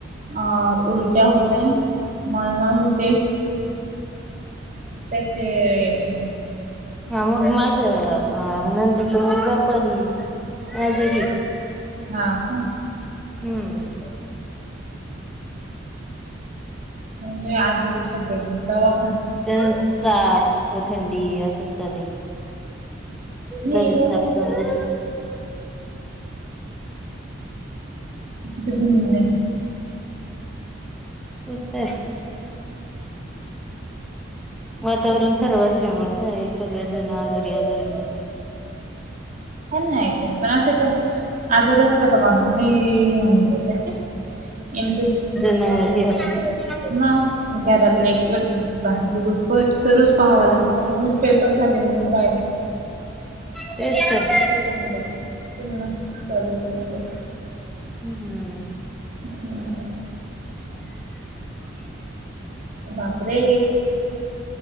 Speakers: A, on the right; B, in the centre.
A: अ उलट्या होतय मळमळ होते. त्याचे याच्या ना
B: हा मग माझं अ नंदेचा मुलगा पण आजरी - ये
A: हा का
B: हम्म
A: म्हणजे आजारी सध्या दवा
B: त्याच ताप व थंडी असं चालय.
A: नाही
B: बरच
A: इलाज
B: टाकतो म्हण
A: किती भुणभुण ये.
B: <unintelligible> वातावरण खरब असल्यामुळे काय सगळे जण आजारी आजारी चाले.
A: ह नाही काय पण असं कसं आजार असला का माणूस लय होऊन जातय का इन्फेक्शन
B: नाही. <inaudible>
A: म घरातलं एकवट बाहेर पट सर्वच पाहावा लागते ना उगीच पेपर झाले म्हणून काय नाही
B: तेच तर.
A: <unintelligible>
B: हम् हम्
A: हम्म बापरे